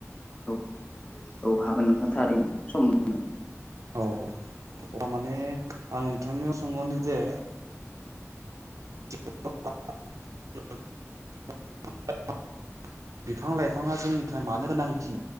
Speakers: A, on the left; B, on the right.
A: औ औ हागोन नोंथां थारैनो सम मोनगोन
B: औ औ अब्ला माने आं नोंथांनियाव सोंहरनि जे <unintelligible> बिफां लाइफाङा जोंनिफ्राय मानो गोनांथि